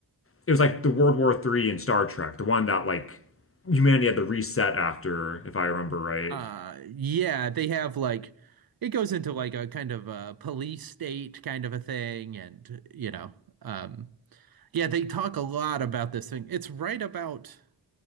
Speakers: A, on the left; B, on the right.
A: it was like the World War Three in Star Trek, the one that like humanity had to reset after, if I remember right.
B: Uh, yeah, they have like it goes into like a kind of a police state kind of a thing, and you know, um, yeah, they talk a lot about this thing. It's right about